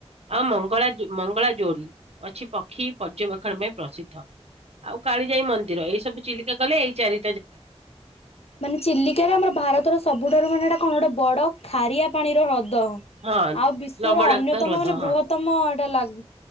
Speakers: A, on the right; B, on the left.
A: ଆଉ ମଙ୍ଗଳା, ମଙ୍ଗଳା ଯୋଡି ଅଛି। ପକ୍ଷୀ ପର୍ଯ୍ୟବେକ୍ଷଣ ପାଇଁ ପ୍ରସିଦ୍ଧ, ଆଉ କାଳିଜାଇ ମନ୍ଦିର, ଏଇ ସବୁ ଚିଲିକା ଗଲେ ଏଇ ଚାରି
B: ମାନେ ଚିଲିକା ର ଆମର ଭାରତର ସବୁଠାରୁ ମାନେ ଏଟା କଣ ଗୋଟେ ବଡ ଖାରିଆ ପାଣିର ହ୍ର ଦ
A: ହଁ
B: ଆଉ ବିଶ୍ଵର
A: ଲବଣାକ୍ତ
B: ଅନ୍ୟତମ
A: ହ୍ରଦ
B: ମାନେ
A: ହଁ
B: ବୃହତମ ଏଇଟା ଲାଗୁ